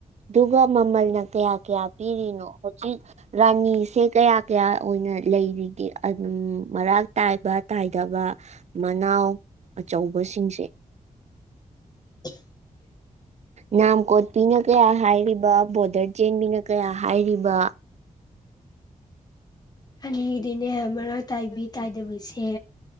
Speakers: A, on the right (about 55°); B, on the left (about 30°).
A: ꯗꯨꯒ ꯃꯃꯜꯅ ꯀꯌꯥ ꯀꯌꯥ ꯄꯤꯔꯤꯅꯣ ꯍꯩꯖꯤꯛ ꯔꯥꯅꯤꯁꯦ ꯀꯌꯥ ꯀꯌꯥ ꯑꯣꯢꯅ ꯂꯩꯔꯤꯒꯦ ꯃꯔꯥꯛ ꯇꯥꯏꯕ ꯇꯥꯢ ꯗꯕ ꯃꯅꯥꯎ ꯑꯆꯧꯕꯁꯤꯡꯁꯦ꯫
B: <unintelligible>
A: ꯅꯥꯝ <inaudible> ꯃꯤꯅ ꯀꯌꯥ ꯍꯥꯏꯔꯤꯕ ꯕꯣ꯭ꯔꯗꯔꯖꯦ ꯃꯤꯅ ꯀꯌꯥ ꯍꯥꯏꯔꯤꯕ
B: ꯑꯩꯗꯤꯅꯦ ꯃꯔꯥꯛ ꯇꯥꯏꯕꯤ ꯇꯥꯏꯗꯕꯁꯦ